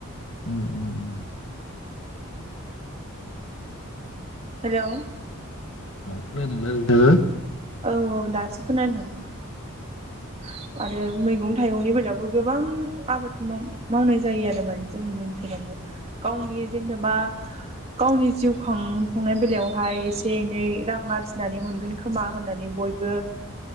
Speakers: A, on the left; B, on the right.
A: उ उ उ।
B: हेलौ।
A: खोनादोंना नोंथांङा?
B: औ औ दासो खोनादों। <inaudible> आरो मैगं थाइगंनि बेलायावबो गोबां आबाद माव-मावनाय जायो आरो माने जोंनि ओनसोलावबो। गावनि जेनोबा गावनि जिउ खां खुंनाय बेलायावहाय एसे एनै रां आरजिनानै मोनगोन खोमा होननानै बय बयबो